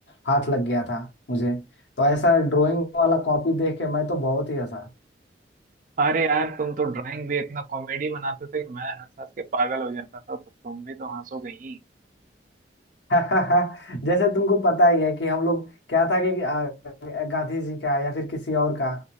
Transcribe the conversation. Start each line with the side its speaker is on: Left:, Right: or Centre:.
Left: हाथ लग गया था मुझे तो ऐसा ड्राइंग वाला कॉपी देख के मैं तो बहुत ही हंसा
Right: अरे यार तुम तो ड्राइंग भी इतना कॉमेडी बनाते थे कि मैं हंस हंस के पागल हो जाता था तो तुम भी तो हंसोगे ही
Left: <laughs> जैसे तुमको पता ही है कि हम लोग क्या था कि आ, गांधी जी का या फिर किसी और का